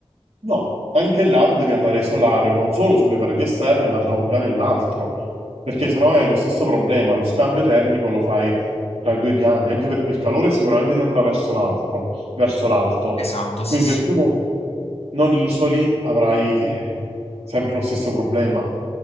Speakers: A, on the right; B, on the left.
A: No, anche là tu devi andare a isolare non solo sulle pareti esterne, ma tra un piano e l'altro, perché sennò hai lo stesso problema, lo scambio termico lo fai tra i due piani, anche perché il calore sicuramente ti andrà verso l'altro, verso l'alto.
B: Esatto, sì,
A: Quindi
B: sì.
A: se tu non, non isoli avrai eh, sempre lo stesso problema.